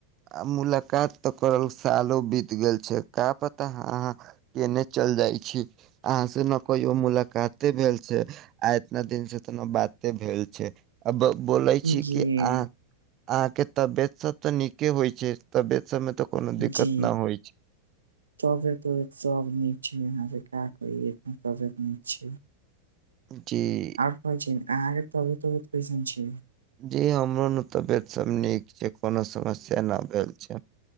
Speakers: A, on the right; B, on the right.
A: आ मुलाकात तऽ करल सालो बीत गेल छै। का पता अहाँ केने चल जाइ छी। अहाँ से ने कहियो मुलाकाते भेल छै आ इतना दिन से तऽ ने बाते भेल छै। आ बोलै
B: जी,
A: छी कि अह अहाँके तबियत सब तऽ नीक के होइ छै तबियत सममे तऽ। दिक्कत
B: जी।
A: न होइ छै
B: तबियत उबीयत सब नीक छै आहा बेकार कहलियै तबियत नी छै।
A: जी।
B: आओर कहै छीयन आहाके तबयत उबयत कैसन छै?
A: जी हमरो न तबियत सब नीक छै कोनो समस्या न भेल छै।